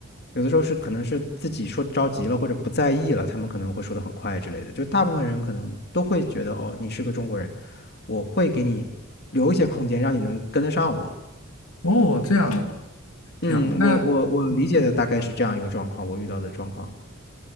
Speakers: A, on the left; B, on the left.
A: 有的时候是可能是自己说着急了或者不在意了，他们可能会说的很快之类的。就大部分人可能都会觉得哦，你是个中国人，我会给你留一些空间，让你能跟得上我。
B: 哦，这样的嘛，
A: 嗯，
B: 挺好。那
A: 我我我理解的大概是这样一个状况，
B: 嗯，
A: 我遇到的状况。